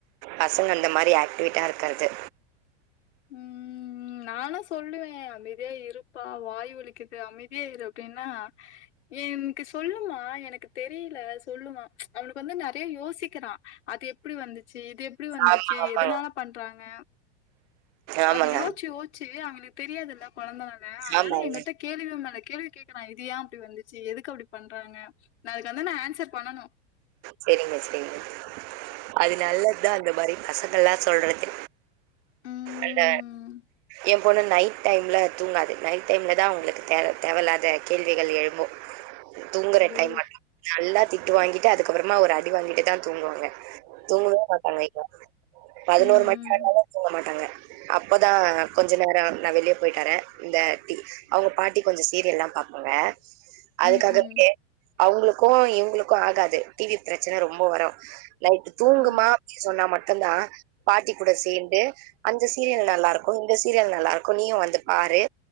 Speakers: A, on the right (about 40°); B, on the left (about 80°).
A: பசங்க அந்த மாரி ஆக்டிவிட்டா இருக்குறது
B: ம் நானா சொல்லுவே அமைதியா இருப்பா வாய் வலிக் அமைதியா இரு அப்டின்னா என்க்கு சொல்லுமா எனக்கு தெரிய்ல சொல்லுமா அவனுக்கு வந்து நறைய யோசிக்கிறா அது எப்டி வந்துச்சி இது எப்டி வந்துச்சி
A: ஆமா, ஆமாங்க.
B: எதுனால பண்றாங்க
A: ஆமாங்க.
B: அது யோச்சு யோச்சு அவனு தெரியாதுல்ல கொழந்தனால அதனால
A: ஆமாங்க.
B: எங்கட்ட கேள்வி மேல கேள்வி கேக்குறா இது யா அப்டி வந்துச்சு எதுக்கு அப்டி பண்றாங்க நா அதுக்கு வந்த ஆன்சர் பண்ணனு
A: செரிங்க செரிங்க அது நல்லத்தா இந்த மாரி பசங்கள்லா சொல்றது
B: ம்
A: அந்த ஏம் பொண்ணு நைட் டைம்ல தூங்காது நைட் டைம்ல தா அவ்ங்களுக்கு தே தேவ இல்லாத கேள்விகள் எழும்பு தூங்குற
B: ஓ
A: டைம் <inaudible> நல்லா திட்டு வாங்கிட்டு அதுக்கப்றமா ஒரு அடி வாங்கிட்டுதா தூங்குவாங்க தூங்கவே மாட்டாங்க பதினோர்
B: ம்
A: மணி ஆனாலு தூங்க மாட்டாங்க அப்போதா கொஞ்ச நேரொ நா வெளிய போயிட்டர இந்த டீ அவ்ங்க பாட்டி கொஞ்சொ சீரியல்லா பாப்பாங்க அதுக்காகவே
B: ம் ம்
A: அவ்ங்களுக்கு இவ்ங்களுக்கு ஆகா து டீவி ப்ரச்சன ரொம்ப வரு நைட்டு தூங்குமா
B: ம்
A: அப்டினு சொன்னா மட்டுந்தா பாட்டி கூட சேந்து அந்த சீரியல் நல்லா இருக்கு இங்த சீரியல் நல்லா இருக்கு நீயு வந்து பாரு